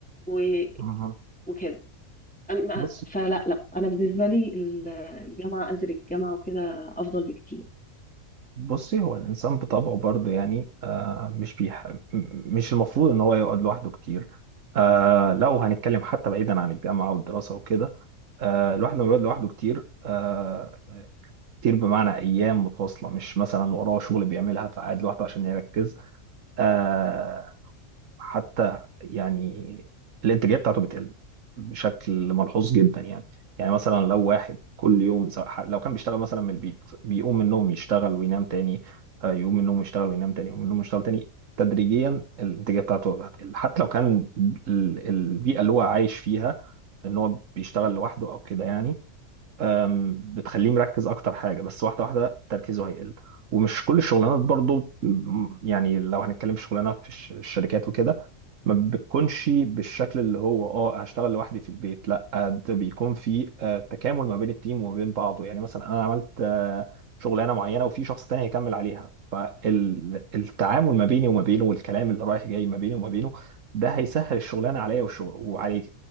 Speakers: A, in the centre; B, on the right (about 70°).
A: و...
B: مهم.
A: وكده أما
B: بص
A: فلا لا أنا بالنسبة لي ال- الجامعة أنزل الجامعة وكده أفضل بكتير
B: بصي هو الانسان بطبعه برضه يعني آه مش بيح... م- مش المفروض ان هو يقعد لوحده كتير آه لو هنتكلم حتى بعيدا عن الجامعه والدراسه وكده آه الواحد لما بيقعد لوحده كتير آه كتير بمعنى ايام متواصله مش مثلا وراه شغل بيعملها فقاعد لوحده عشان يركز آه حتى يعني الانتاجيه بتاعته بتقل بشكل ملحوظ جدا يعني يعني مثلا لو واحد كل يوم سواء ح- لو كان بيشتغل مثلا من البيت بيقوم من النوم يشتغل وينام تاني آه، يقوم من النوم يشتغل وينام تاني يقوم من النوم يشتغل تاني تدريجيا الانتاجيه بتاعته هتقل حتى لو كان ال- البيئه اللي هو عايش فيها ان هو بيشتغل لوحده او كده يعني أم، بتخليه مركز اكتر حاجه بس واحده واحده تركيزه هيقل ومش كل الشغلانات برضو م، يعني لو هنتكلم في شغلانات في الش- الشركات وكده ما بتكونش بالشكل اللي هو اه هشتغل لوحدي في البيت لا ده بيكون في آه، تكامل ما بين التيم وما بين بعضه يعني مثلا انا عملت آه، شغلانه معينه وفي شخص تاني هيكمل عليها فالتعامل ما بيني وما بينه والكلام اللي رايح جاي ما بيني وما بينه ده هيسهل الشغلانه عليا والشغل وعليك